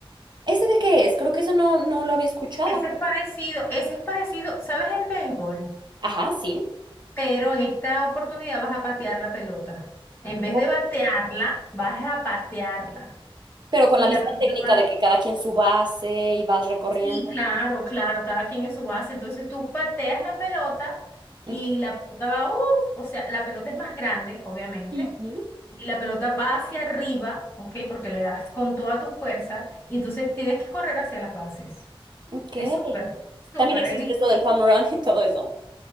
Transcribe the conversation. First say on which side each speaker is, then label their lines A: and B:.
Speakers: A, on the right (about 50°); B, on the left (about 20°).
A: ¿Ese de qué es? Creo que eso no, no lo había escuchado.
B: Ese es parecido, ese es parecido, ¿sabes el béisbol?
A: Ajá, sí.
B: pero en esta oportunidad vas a patear la pelota. En vez
A: Ok.
B: de batearla, vas a patearla.
A: Pero con
B: Y
A: la misma
B: la pelota
A: técnica
B: va.
A: de que cada quien su base y vas recorriendo.
B: Sí, claro, claro, cada quien en su base. Entonces tú pateas la pelota
A: Ok.
B: y la pelota va, uff, o sea, la pelota es más grande, obviamente.
A: Ujú,
B: Y la pelota va hacia arriba, ¿ok? Porque le das con toda tu fuerza y entonces tienes que correr hacia las bases.
A: ok.
B: Es súper, súper.
A: También existe
B: He visto.
A: esto del home run y todo eso.